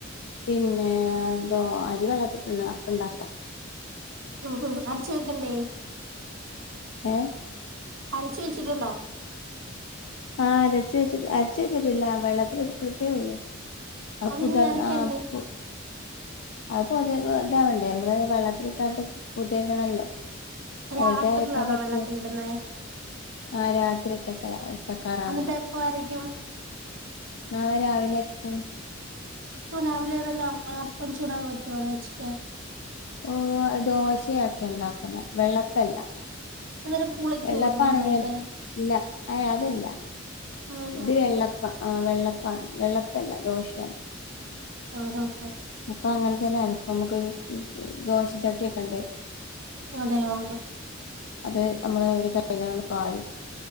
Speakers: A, on the left; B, on the right.
A: പിന്നെ ന്തോ അരി വള്ളത്തിട്ട്ണ്‌ അപ്പ ഇണ്ടാക്കാ.
B: ഉം ഉം അരച്ചു വെക്കണ്ടേ
A: ഏ
B: അരച്ചു വെച്ചിട്ടുണ്ടോ?
A: ആഹ് അരച്ച് വെച്ചിട്ട് അരച്ച് വെച്ചിട്ടില്ല വെള്ളത്തിലിട്ടിട്ടേ ഒള്ളു. <unintelligible>
B: അതിനി അരക്കണ്ടേ
A: അത് പൊതി ഇതാവണ്ടേ നമ്മള് വെള്ളത്തിലിട്ടാണ്ട് പൊതിരിണല്ലോ.
B: രാത്രിയിലാണോ
A: എന്നിട്ടെ അരക്കാൻ പറ്റൂ
B: വെള്ളത്തിലിടുന്നേ
A: ആ രാത്രി ഇട്ടക്ക ഇട്ടക്കാറാണ്.
B: എന്നിട്ട് എപ്പ അരയ്ക്കും
A: നാളെ രാവിലെ അരക്കും.
B: അപ്പൊ രാവിലെ തന്നെ അ അപ്പം ചൂടാൻ പറ്റുവോ അത് വെച്ചിട്ട്?
A: ഓ ദോശയാക്കെ ഉണ്ടാക്കുന്നേ വെള്ളപ്പല്ല.
B: അന്നേരം പുളിക്കുവോ
A: വെള്ളപ്പ
B: അത് നന്നായിട്ട്
A: ആണെങ്കിലല്ല അ അതല്ല
B: ഉം
A: ഇത്
B: ഉം
A: വെള്ളപ്പ ആ വെള്ളപ്പാണ് വെള്ളപ്പല്ല ദോശയാണ്.
B: ആ ആ ആ
A: അപ്പൊ അങ്ങനെ തന്നെയരക്കാ നമുക്ക് ദോശചട്ടിയൊക്കെണ്ട്.
B: അതെയോ
A: അത് നമ്മള് ഒരു കയിലാണ്ട് പാരും.